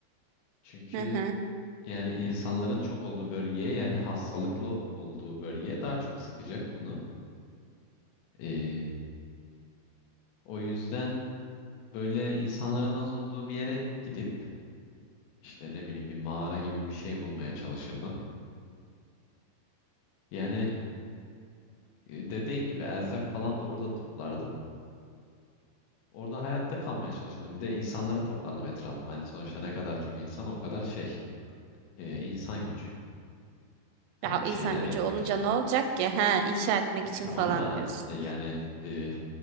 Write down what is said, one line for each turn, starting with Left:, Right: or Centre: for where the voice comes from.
Left: Çünkü
Right: Hı hı.
Left: yani insanların çok olduğu bölgeye yani hastalıklı olduğu bölgeye daha çok sıkacak bunu. Ee, o yüzden böyle insanların az olduğu bir yere gidip işte ne bileyim bir mağara gibi bir şey bulmaya çalışırdım. Yani e, dediğin gibi erzak falan da orada toplardım. Orada hayatta kalmaya çalışırdım. Bir de insanları toplardım etrafıma. Hani sonuçta ne kadar çok insan o kadar şey e, insan gücü. Hani
Right: Ya
Left: bir
Right: insan
Left: şeyler
Right: gücü
Left: yapmak
Right: olunca
Left: için.
Right: ne olacak ki? Ha, inşa etmek
Left: E,
Right: için
Left: tamam
Right: falan
Left: da
Right: diyorsun.
Left: e, yani e,